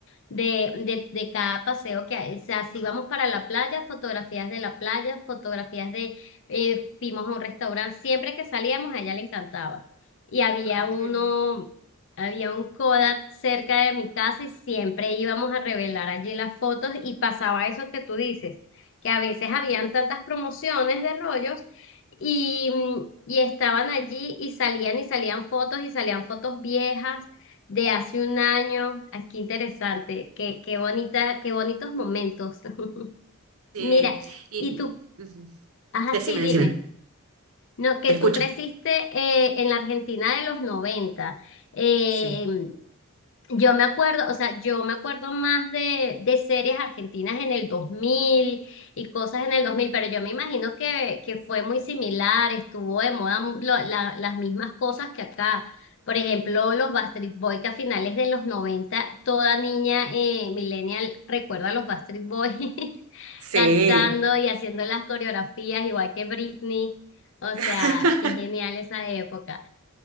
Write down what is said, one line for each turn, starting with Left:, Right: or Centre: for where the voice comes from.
Left: de, de, de cada paseo que hay. O sea, si vamos para la playa, fotografías de la playa, fotografías de, eh, fuimos a un restaurante, siempre que salíamos a ella le encantaba. Y había
Right: Ay,
Left: uno,
Right: qué lindo.
Left: había un Kodak cerca de mi casa y siempre íbamos a revelar allí las fotos y pasaba eso que tú dices, que a veces habían tantas promociones de rollos. Y, y estaban allí y salían y salían fotos y salían fotos viejas de hace un año. Aquí qué interesante, qué, qué bonita, qué bonitos momentos. <laughs>
Right: Sí,
Left: Mira,
Right: y
Left: y tú,
Right: ujú.
Left: ajá,
Right: decime,
Left: sí, dime,
Right: decime,
Left: no, que
Right: te escucho.
Left: tú creciste eh, en la Argentina de los 90. eh,
Right: Sí,
Left: yo me acuerdo, o sea, yo me acuerdo más de, de series argentinas en el 2000 y cosas en el 2000, pero yo me imagino que, que fue muy similar, estuvo de moda mu- lo- la- las mismas cosas que acá. Por ejemplo, los Backstreet Boys que a finales de los 90, toda niña eh, millennial recuerda a los Backstreet Boys <laughs>
Right: sí.
Left: cantando y haciendo las coreografías, igual que Britney. O
Right: <laughs>
Left: sea, qué genial esa época.